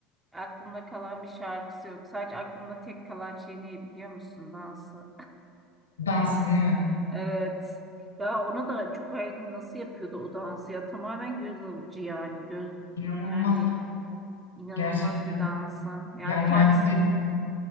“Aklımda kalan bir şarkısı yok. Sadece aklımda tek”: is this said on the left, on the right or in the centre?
Right